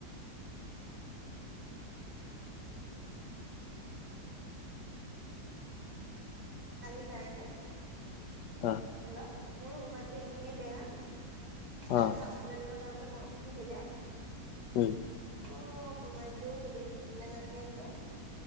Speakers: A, on the right; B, on the left.
A: কালি যায় ন?
B: অ',
A: হেল্ল' মোৰ মোবাইলটো এনেই বেয়া কালি
B: আহ
A: <unintelligible> আনিব যাওঁতে বৰষুণ দিলে
B: উম,
A: অ', মোবাইলটো গোটেই জিকিলে জাননে এতিয়া